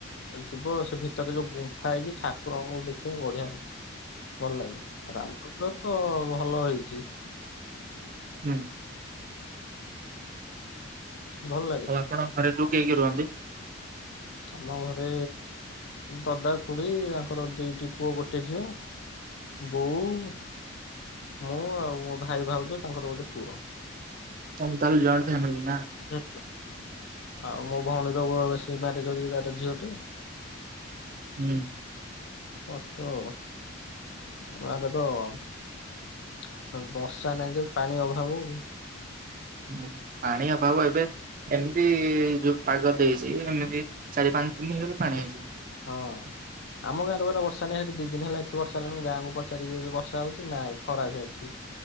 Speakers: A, on the left (about 60°); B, on the right (about 40°).
A: ଯିବ ସେ ଭିତରେ ଯୋଉ ଗୁମ୍ଫା ହେଇନି ଠାକୁରଙ୍କୁ ଦେଖିବ ବଢିଆ ଭଲ ଲାଗେ ରାମପୁତ୍ର ତ ଭଲ ହେଇଚି।
B: ହୁଁ।
A: ଭଲ ଲାଗେ।
B: ଆଉ ଆପଣ ଘରେ ଜୋଉ କିଏ କିଏ ରୁହନ୍ତି?
A: ଆମ ଘରେ ଦଦା ଖୁଡି ତାଙ୍କର ଦିଟି ପୁଅ ଗୋଟେ ଝିଅ। ବୋଉ ମୁଁ ଆଉ ମୋ ଭାଇ ଭାଉଜ ତାଙ୍କର ଗୋଟେ ପୁଅ।
B: ତମେ ତାହାଲେ ଜଏଣ୍ଟ ଫ୍ୟାମିଲି ନା?
A: <unintelligible> ଆଉ ମୋ ଭଉଣୀର ମ୍ୟାରେଜ ସରିଛି ତାର ଝିଅ ଟେ।
B: ହୁଁ।
A: ପଛ ଆଉ। ଆମ ଗାଁରେ ତ, ବର୍ଷା ନାଇଁ ଯେ ପାଣି ଅଭାବ କୁ
B: ହଁ ପାଣି ଅଭାବ ଏବେ। ଏମିତି ଯୋଉଁ ପାଗ ଦେଇଛି ଏମିତି ଚାରି ପାଞ୍ଚ ଦିନ ହେଲେ ପାଣି ହେଇଯିବ।
A: ହଁ। ଆମ ଗାଁରେ ପରା ବର୍ଷା ନାହିଁ ଇଠି ଦି ଦିନ ହେଲା ଏଠି ବର୍ଷାଲାଣିଁ ଗାଁକୁ ପଚାରି ବି ଜଉବର୍ଷ ହଉଛି ନାଇଁ ଖରା ସେଇଠି।